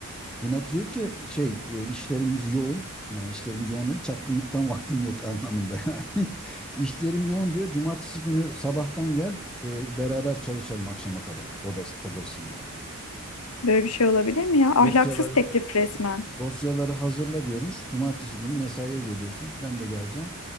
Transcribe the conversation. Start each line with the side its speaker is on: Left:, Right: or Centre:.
Centre: Buna diyor ki şey e, işlerimiz yoğun. Yani işlerimiz yoğun dedi. Çapkınlıktan <laughs> vaktim yok anlamında yani. <laughs> İşlerim yoğun diyor. Cumartesi günü sabahtan gel e, beraber çalışalım akşama kadar odas odasında.
Left: Böyle bir şey olabilir mi ya? Ahlaksız
Centre: Dosyaları
Left: teklif resmen.
Centre: dosyaları hazırla diyormuş. Cumartesi günü mesaiye geliyorsun. Ben de geleceğim.